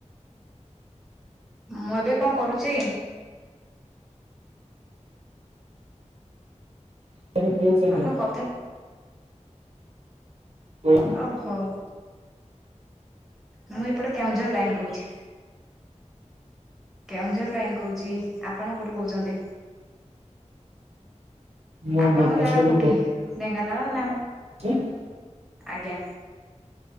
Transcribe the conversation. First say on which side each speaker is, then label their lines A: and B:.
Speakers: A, in the centre; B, on the right.
A: ମୁଁ ଏବେ କଣ କରୁଛି?
B: <unintelligible> <inaudible>
A: ଆପଣ କଥା
B: ହୁଁ।
A: ଓହୋ! ମୁଁ ଏପଟେ କେଉଁଝର ଲାଇନ୍ କହୁଛି। କେଉଁଝର ଲାଇନ୍ କହୁଛି। ଆପଣ କୋଉଠୁ କହୁଛନ୍ତି?
B: ମୁଁ
A: ଆପଣଙ୍କ
B: ଭୁବନେଶ୍ଵରରୁ
A: ଜାଗା କୋଉଠି। ଢେଙ୍କାନାଳ ନା-
B: ହଁ <inaudible>
A: ଆଜ୍ଞା।